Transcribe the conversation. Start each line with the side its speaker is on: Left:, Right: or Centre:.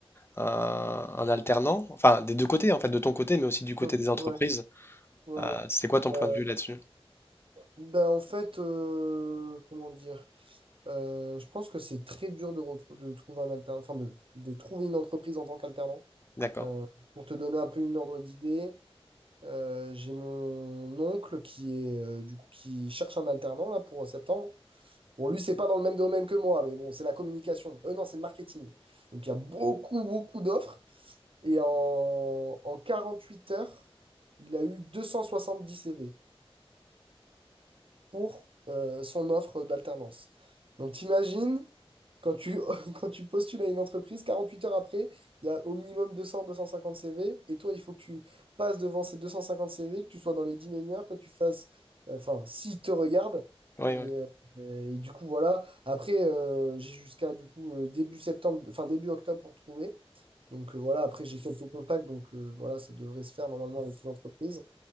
Left: un- un alternant? Enfin, des deux côtés, en fait, de ton côté, mais aussi du
Right: <laughs>
Left: côté des entreprises.
Right: Ouais, ouais,
Left: Euh,
Right: ouais.
Left: c'est quoi ton
Right: Ouais,
Left: point de vue là-dessus?
Right: Ben, en fait, euh, comment dire, euh, je pense que c'est très dur de, retrou- de trouver un alternant, enfin de, de trouver une entreprise en tant qu'alternant.
Left: D'accord.
Right: Euh, pour te donner un peu une ordre d'idée, euh, j'ai mon oncle qui est euh, du coup qui cherche un alternant là pour euh, septembre. Bon, lui, c'est pas dans le même domaine que moi, mais bon, c'est la communication. Euh, non, c'est le marketing. Donc il y a beaucoup, beaucoup d'offres. Et en, en 48 heures, il a eu 270 CV. pour euh, son offre d'alternance. Donc, t'imagines, quand tu, <laughs> quand tu postules à une entreprise, 48 heures après, il y a au minimum 200-250 CV, et toi, il faut que tu passes devant ces 250 CV, que tu sois dans les 10 meilleurs, que tu fasses, euh, enfin, s'ils te regardent.
Left: Oui,
Right: Et,
Left: oui.
Right: euh, et du coup, voilà. Après, euh, j'ai jusqu'à du coup euh, début septembre, enfin début octobre pour trouver. Donc euh, voilà, après j'ai quelques contacts, donc euh, voilà, ça devrait se faire normalement avec l'entreprise.